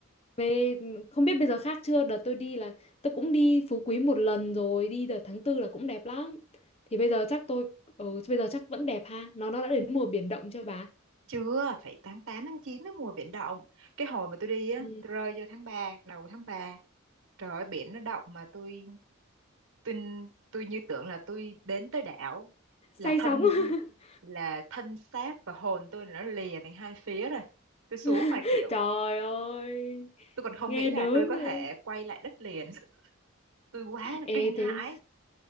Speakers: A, on the left (about 30°); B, on the right (about 80°).
A: về không biết bây giờ khác chưa, đợt tôi đi là tôi cũng đi Phú Quý một lần rồi, đi đợt tháng tư là cũng đẹp lắm. Thì bây giờ chắc tôi ừ, bây giờ chắc vẫn đẹp ha. Nó nó đã đến mùa biển động chưa bà?
B: chưa phải tháng 8 tháng 9 nó mùa biển động cái hồi mà tôi đi á
A: Ừ.
B: tôi rơi vô tháng 3 đầu tháng ba trời ơi biển nó động mà tôi tôi tôi như tưởng là tôi đến tới đảo là
A: Say
B: thân
A: sóng. <laughs>
B: là thân xác và hồn tôi là nó lìa thành hai phía rồi tôi xuống
A: <laughs>
B: mà kiểu
A: Trời ơi,
B: tôi còn không
A: nghe
B: nghĩ là
A: đớn
B: tôi có
A: rồi.
B: thể quay lại đất liền <laughs> tôi quá là
A: Ê
B: kinh hãi
A: thế